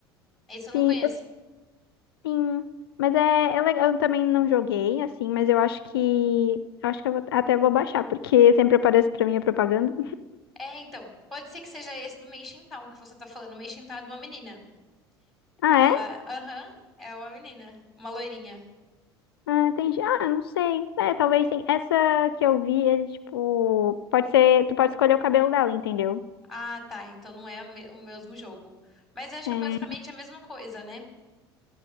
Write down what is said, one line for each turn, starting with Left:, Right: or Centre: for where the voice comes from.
Centre: Esse eu não
Left: Sim,
Centre: conheço.
Left: Sim, mas é, é legal. Eu também não joguei, assim, mas eu acho que. Eu acho que eu vou- até vou baixar, porque <laughs> sempre aparece pra mim a propaganda.
Centre: É, então, pode ser que seja esse do Meixin Town que você tá falando. O Meixin Town é de uma menina.
Left: Ah,
Centre: Ela,
Left: é?
Centre: aham, é uma menina, uma loirinha.
Left: Ah, tem. ge- Ah, não sei. É, talvez sim. Essa que eu vi, é tipo. Pode ser. Tu pode escolher o cabelo dela, entendeu?
Centre: Ah, tá, então não é a me- o mesmo jogo. Mas eu acho
Left: É.
Centre: que é basicamente a mesma coisa, né?